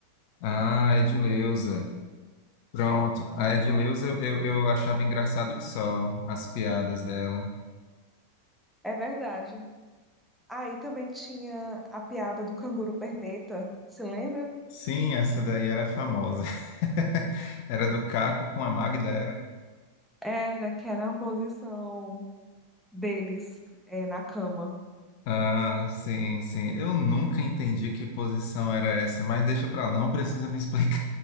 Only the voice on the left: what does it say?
Ah, Edileuza. Pronto, a Edileuza eu, eu, eu achava engraçado que só as piadas dela.
Sim, essa daí era famosa. <laughs> Era do Caco com a Magda, era?
Ah, sim, sim. Eu nunca entendi que posição era essa, mas deixa pra lá, não precisa me explicar.